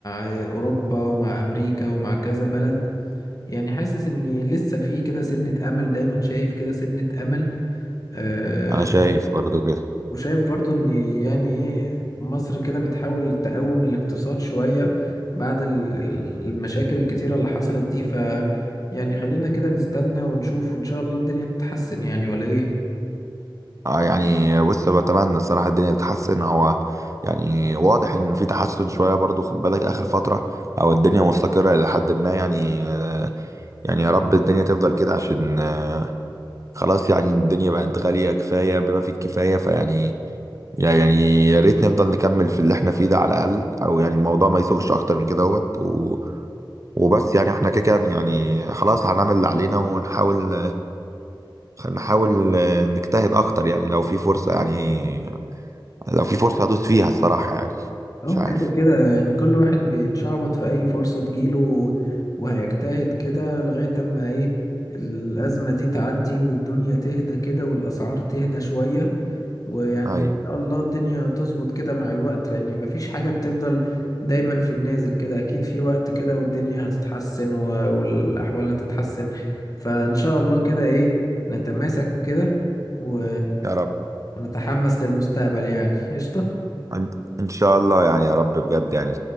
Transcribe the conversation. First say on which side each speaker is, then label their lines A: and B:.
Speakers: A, on the left; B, on the right.
A: آه، اوروبا ومع امريكا ومع كذا بلد يعني حاسس اني لسه في كده سنة امل دايما شايف كده سنة امل آه،
B: انا شايف برضو كده
A: وشايف برضو ان يعني ايه مصر كده بتحاول تقوم الاقتصاد شوية بعد ال- ال- المشاكل الكتيرة اللي حصلت دي ف يعني خلينا كده نستنى ونشوف وان شاء الله الدنيا تتحسن يعني ولا ايه
B: اه يعني بص بتمنى الصراحه الدنيا تتحسن هو يعني واضح ان في تحسن شويه برضو خد بالك اخر فتره او الدنيا مستقره الى حد ما يعني آه، يعني يا رب الدنيا تفضل كده عشان آه، خلاص يعني الدنيا بقت غاليه كفايه بما فيه الكفايه فيعني يا- يعني يا ريت نفضل نكمل في اللي احنا فيه ده على الأقل أو يعني الموضوع ما يسوقش أكتر من كده اهوت و... وبس يعني احنا كده كده يعني خلاص هنعمل اللي علينا ونحاول نحاول نجتهد أكتر يعني لو في فرصة يعني لو في فرصة هدوس فيها الصراحة يعني
A: اه
B: مش عارف
A: كده كده يعني كل واحد بيتشعبط في اي فرصة تجيله وهيجتهد كده لغاية اما ايه الأزمة دي تعدي والدنيا تهدى كده والأسعار تهدى شوية ويعني
B: أيوة
A: ان شاء الله الدنيا تظبط كده مع الوقت لان مفيش حاجة بتفضل دايما في النازل كده اكيد في وقت كده والدنيا هتتحسن و- والاحوال هتتحسن فان شاء الله كده ايه نتماسك كده و...
B: يا رب
A: ونتحمس للمستقبل يعني قشطة
B: إن إن شاء الله يعني يا رب بجد يعني